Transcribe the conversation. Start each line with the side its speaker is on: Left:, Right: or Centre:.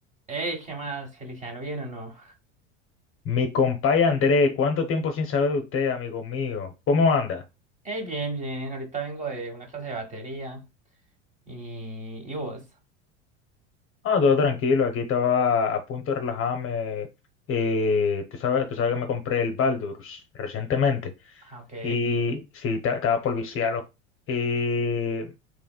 Right: Hey, ¿qué más, Feliciano? ¿Bien o no?
Left: Mi compay André, ¿cuánto tiempo sin saber de usted, amigo mío? ¿Cómo anda?
Right: Hey, bien, bien. Ahorita vengo de una clase de batería. ¿Y, y vos?
Left: Ah, todo tranquilo, aquí estaba a punto de relajarme. eh, tú sabes, tú sabes que me compré el Baldur's recientemente
Right: Ah, ok.
Left: y sí, ta- estaba por viciarlo. Eh,